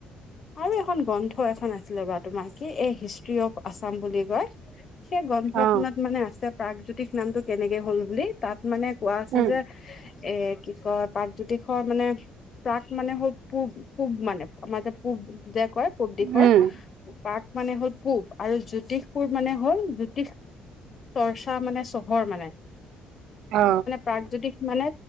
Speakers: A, on the left; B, on the right.
A: আৰু এখন গ্ৰন্থ এখন আছিলে বা তোমাৰ কি এই হিষ্ট্ৰী অফ আছাম বুলি কয় সেই গ্ৰন্থ
B: অ
A: খনত মানে আছে প্ৰাগজ্যোতিষ নামটো কেনেকে হ'ল বুলি তাত মানে কোৱা আছে
B: উম
A: যে এ কি কয় প্ৰাগজ্যোতিষ মানে প্ৰাক মানে হল পূব পূব মানে আমাৰ যে পূব কয় পূব দিশৰ
B: উম
A: পাক মানে হ'ল পূব আৰু জ্যোতিষপুৰ মানে হ'ল জ্যোতিষ চৰ্চা মানে চহৰ মানে
B: অ
A: প্ৰাকজ্যোতিষ মানে